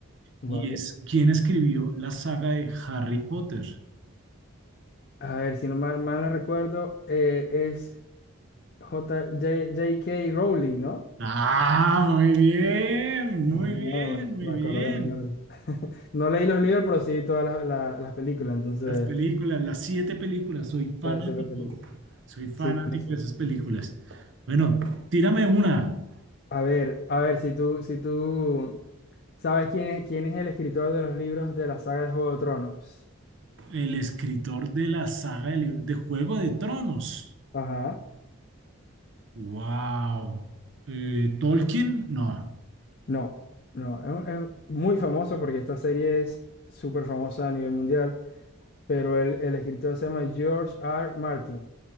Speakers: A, on the left; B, on the right.
A: Vale.
B: Y es quién escribió la saga de Harry Potter.
A: A ver, si no mal, mal no recuerdo, eh, es J- J- J K Rowling, ¿no?
B: Ah, muy bien,
A: Ah,
B: muy bien, muy
A: me acordé,
B: bien.
A: me acordé. <laughs> No leí los libros, pero sí todas las, la- las películas, entonces...
B: Las películas, las siete películas, soy fanático,
A: Las cierta películas.
B: soy fanático
A: Sí, buenísimo.
B: de esas películas. Bueno, tírame una,
A: A ver, a ver, si tú, si tú sabes quién es, quién es el escritor de los libros de la saga de Juego de Tronos.
B: el escritor de la saga de, libros de Juego de Tronos.
A: Ajá.
B: Wow. Eh, Tolkien, no.
A: No, no, es, un- es muy famoso porque esta serie es súper famosa a nivel mundial, pero el, el escritor se llama George R. Martin.